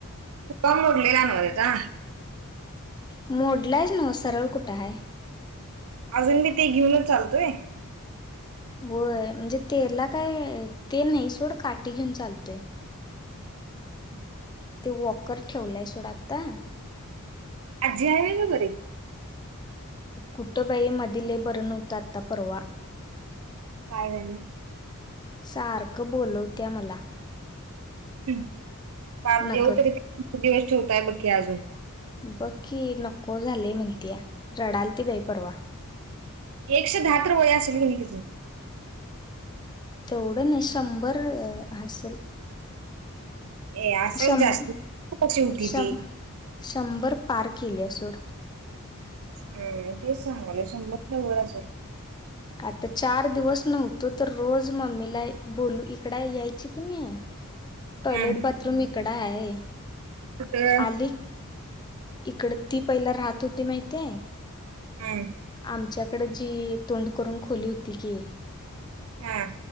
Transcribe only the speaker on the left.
मोडलास नव सरळ कुठं आहे?
होय. म्हणजे तेला काय ते नाही सोड काठी घेऊन चालतय.
ते वॉकर ठेवलंय सोडा आत्ता
कुठं बाई मधी लय बरं नव्हतं आत्ता परवा
सारखं बोलवत्या मला
नक
बघ की नको झालंय म्हणत्या रडालती बाई परवा
तेवढं नाय शंभर हासल
शं
शं
शंभर पार कील्या सोड
आता चार दिवस नव्हतो तर रोज मम्मीला बोलू इकड यायची की नाय टॉयलेट
बाथरूम इकडं हाय
आली इकडं ती पहिला राहत होती माहितेय
आमच्याकडं जी तोंड करून खोली हुती की